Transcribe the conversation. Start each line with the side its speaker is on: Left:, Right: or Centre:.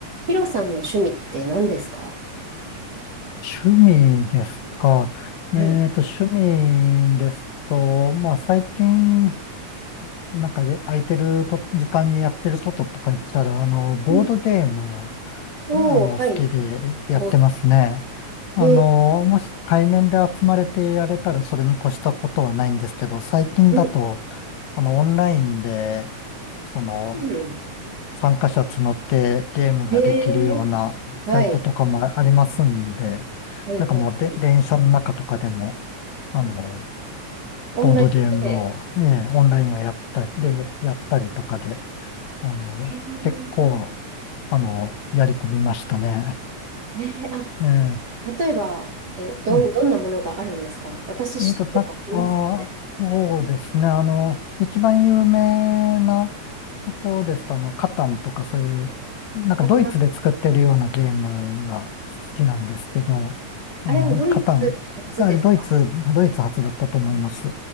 Right: ヒロさんの趣味って何ですか
Left: 趣味ですか。
Right: はい。
Left: えっと、趣味ですと、まあ、最近、なんかで空いてると時間にやってることとか言ったら、あの、ボードゲーム、
Right: うんおー、
Left: あの、
Right: はい。
Left: 好きでやってますね。
Right: ぼ、へえ
Left: あの、もし対面で集まれてやれたらそれに越したことはないんですけど、最近だと、
Right: うん、
Left: あの、オンラインで、その、
Right: うん。
Left: 参加者募ってゲームができるようなサイトとかもありますんで、
Right: へえはい、はい、
Left: なんかもうで、
Right: はい、はい。
Left: 電車の中とかでも、あの、
Right: オンラインで、
Left: ボードゲームを、えーオンラインをやったり、やったりとかで、あの、
Right: へ
Left: 結構、あの、やり込みましたね。
Right: ええー、あ、
Left: え
Right: 例えば、え、どん、
Left: え
Right: どんなものがあるんですか私知ってるのいますね。
Left: えっと、た、あー、そうですね。あの、一番有名なとこですと、あの、カタンとかそういう、なんかドイツで作ってるようなゲームが好きなんですけど、
Right: あ、なあ
Left: あの、
Right: あれはドイツ初ですか
Left: カタンがあれドイツ、ドイツ発だったと思います。